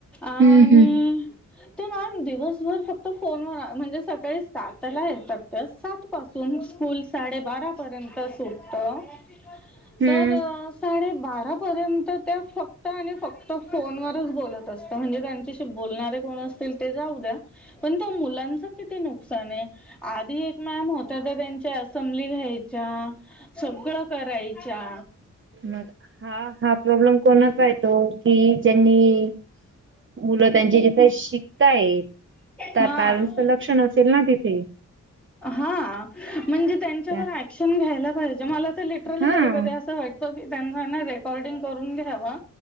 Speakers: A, in the centre; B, on the right.
A: आणिऽ
B: हम्म हम्म हम्म
A: ते मॅम दिवसभर फक्त फोनवर,, म्हणजे सकाळी सातला येतात,, तर सात पासून स्कूल साडेबारा पर्यंत सुटतज्ञङ
B: हम्म.
A: तर साडेबारा पर्यंत त्या फक्त आणि फक्त फोनवर,, बोलत असता म्हणजे त्यांच्याशी बोलणारे कोण असतील ते जाऊ द्या. पण त्या मुलांचं किती नुकसान आहे. आधी एक मॅम होत्या तर त्यांच्या असंब्ली घ्यायच्या. सगळं करायच्या.
B: मग हा-हा प्रॉब्लेम कोणाचा येतो की ज्यांनी, मुलं त्यांची जिथे शिकतायेतं त्या
A: हा.
B: पॅरेंट्सच लक्ष. ण असेल ना तिथे.
A: हा म्हणजे त्यांच्यावर
B: त्या
A: ऍक्शन घ्यायला पाहिजे. मला लिटरली
B: हा
A: कधी कधी असं वाटत. त्यां रेकॉर्डिंग करून घ्या